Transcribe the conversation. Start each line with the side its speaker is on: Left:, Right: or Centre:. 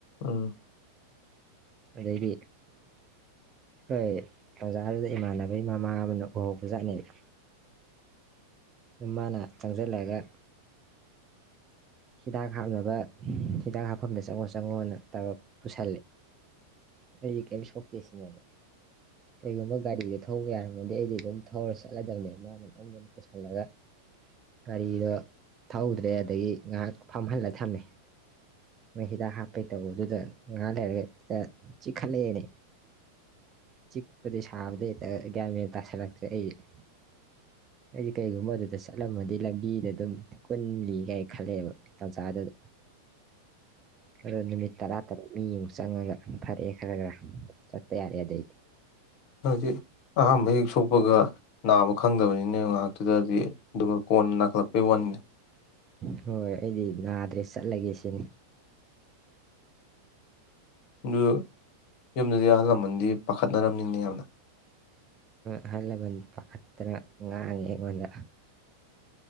Left: ꯎꯝ꯫
Right: ꯑꯗꯩꯗꯤ ꯍꯣꯏ ꯇꯥꯟꯖꯥ ꯑꯗꯨꯗ ꯏꯃꯥꯟꯅꯕꯒꯤ ꯃꯃꯥ ꯑꯃꯅ ꯎꯍꯧꯕꯖꯥꯠꯅꯦꯕ ꯃꯥꯅ ꯆꯪꯁꯤꯜꯂꯒ ꯍꯤꯗꯥꯛ ꯍꯥꯞꯅꯕ ꯍꯤꯗꯥꯛ ꯍꯥꯞꯐꯝꯗ ꯆꯪꯉꯣ ꯆꯪꯉꯣꯅ ꯇꯧꯔ ꯄꯨꯁꯜꯂꯦ ꯑꯩꯗꯤ ꯀꯔꯤꯝ ꯁꯣꯛꯇꯦ ꯁꯤꯅꯦꯕ ꯀꯔꯤꯒꯨꯝꯕ ꯒꯥꯔꯤꯗꯣ ꯊꯧꯕ ꯌꯥꯔꯝꯃꯗꯤ ꯑꯩꯗꯤ ꯑꯗꯨꯝ ꯊꯧꯔ ꯆꯠꯂꯗꯕꯅꯦ ꯃꯥꯅ ꯑꯗꯨꯝꯗꯨꯅ ꯄꯨꯁꯜꯂꯒ ꯒꯥꯔꯤꯗꯣ ꯊꯧꯗ꯭ꯔꯦ ꯑꯗꯒꯤ ꯉꯥ ꯐꯝꯍꯜꯂ ꯊꯝꯃꯦ ꯃꯣꯏ ꯍꯤꯗꯥꯛ ꯍꯥꯞꯄꯩꯇꯧꯕꯗꯨꯗ ꯉꯥ ꯂꯩꯔꯒ ꯆꯤꯛꯈꯠꯂꯛꯅꯦ꯫ ꯆꯤꯛꯄꯗꯤꯁ ꯊꯥꯕꯗꯩ ꯒꯌ꯭ꯥꯟ - ꯃꯦꯟ ꯇꯥꯁꯜꯂꯛꯇ꯭ꯔꯦ ꯑꯩꯖꯦ ꯫ ꯑꯩꯗꯤ ꯀꯩꯒꯨꯝꯕ ꯑꯗꯨꯗ ꯆꯠꯂꯝꯃꯗꯤ ꯂꯝꯕꯤꯗ ꯑꯗꯨꯝ ꯀꯨꯜꯂꯤ ꯀ ꯈꯜꯂꯛꯑꯦꯕ ꯇꯟꯖꯥꯗꯨꯗ꯫ ꯑꯣ ꯅꯨꯃꯤꯠ ꯇꯔꯥ ꯇꯔꯨꯛꯅꯤ ꯌꯦꯡꯉꯒ ꯐꯔꯦ ꯈꯔ - ꯈꯔ ꯆꯠꯄ ꯌꯥꯔꯦ ꯑꯗꯩꯗꯤ꯫
Left: ꯍꯥꯏꯗꯤ ꯑꯍꯥꯝꯕ ꯍꯦꯛ ꯁꯣꯛꯄꯒ ꯅꯥꯕ ꯈꯪꯗꯕꯅꯤꯅꯦ ꯉꯥꯏꯍꯥꯛꯇꯨꯗꯗꯤ ꯑꯗꯨꯒ ꯀꯣꯟꯅ ꯅꯥꯈꯠꯂꯛꯄꯩ ꯋꯥꯅꯤꯅꯦ꯫
Right: ꯍꯣꯏ ꯑꯩꯗꯤ ꯅꯥꯗ꯭ꯔꯦ ꯆꯠꯂꯒꯦ ꯁꯤꯅꯤ꯫
Left: ꯑꯗꯨ ꯌꯨꯝꯗꯗꯤ ꯑꯍꯜ ꯂꯃꯟꯗꯤ ꯄꯥꯈꯠꯅꯔꯝꯅꯤꯅꯦ ꯌꯥꯝꯅ꯫
Right: ꯑꯍꯜ - ꯂꯝꯟ ꯄꯈꯠꯇꯅ ꯉꯥꯡꯉꯦ ꯑꯩꯉꯣꯟꯗꯥ꯫